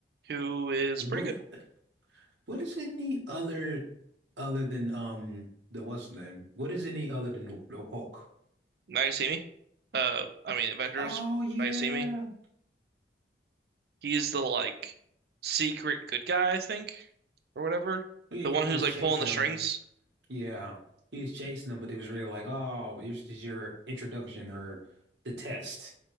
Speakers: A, on the right (about 60°); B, on the right (about 80°).
A: who is
B: What
A: pretty good.
B: what is any other other than um the what's his name? What is any other than the, the Hulk?
A: Now you see me. Uh I mean Avengers,
B: Oh yeah.
A: now you see me. He's the like secret good guy, I think, or whatever.
B: Oh, Yeah, yeah,
A: The one
B: he
A: who's
B: was
A: like
B: chasing
A: pulling the
B: him.
A: strings.
B: Yeah. He was chasing him, but it was really like, oh, this is your introduction or the test.